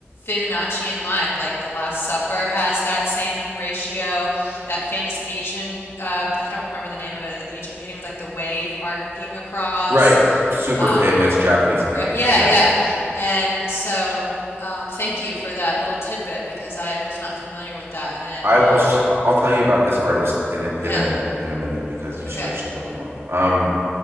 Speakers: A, on the left; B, on the right.
A: Fibonacci in mind. Like The Last Supper has that same ratio, that famous Asian, uh, I don't remember the name of it, Asian painting with like the wave arcing across.
B: right super
A: Um,
B: famous japanese painting
A: re- yeah,
B: yeah
A: yeah. And so, um, thank you for that little tidbit because I was not familiar with that. And
B: I
A: um,
B: will. Sh- I'll tell you about this artist in a
A: yeah,
B: in a in a minute because you
A: okay.
B: should actually look him up. Um,